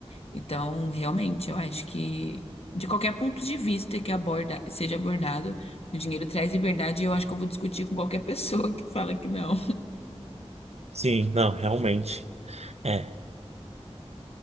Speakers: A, on the left (about 65°); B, on the right (about 70°).
A: Então, realmente, eu acho que de qualquer ponto de vista que aborda, seja abordado, o dinheiro traz liberdade e eu acho que eu vou discutir com qualquer <laughs> pessoa que fala que não.
B: sim, não, realmente. É,